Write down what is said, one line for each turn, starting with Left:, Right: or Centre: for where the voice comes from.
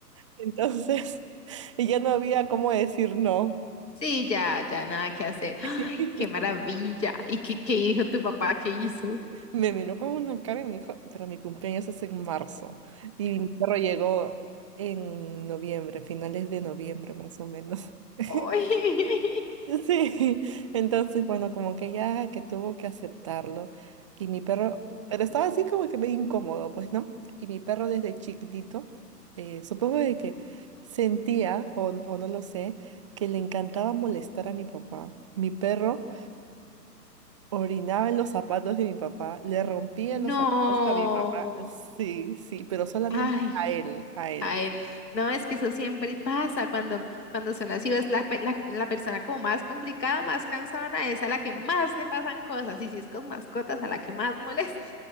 Right: Entonces, <laughs> y ya no había cómo decir no.
Left: Sí, ya, ya nada que hacer. Ay,
Right: <laughs>
Left: qué maravilla. ¿Y qué, qué dijo tu papá? ¿Qué hizo?
Right: Me vino con una cara y me dijo, pero mi cumpleaños es en marzo. Y mi perro llegó en noviembre, finales de noviembre más o menos. <laughs>
Left: <laughs>
Right: Sí, entonces, bueno, como que ya que tuvo que aceptarlo. Y mi perro,
Left: Ay.
Right: pero estaba así como que medio incómodo, pues, ¿no? Y mi perro desde chiquitito, eh, supongo de que sentía, o, o no lo sé, que le encantaba molestar a mi papá. Mi perro Orinaba en los zapatos de mi papá, le rompía
Left: No.
Right: los zapatos a mi papá, sí, sí, pero solamente
Left: Ay,
Right: a él, a él.
Left: a él. No, es que eso siempre pasa cuando, cuando son así. Es la, pe- la, la persona como más complicada, más cansada, es a la que más le pasan cosas. Y si es con mascotas, a la que más molesta.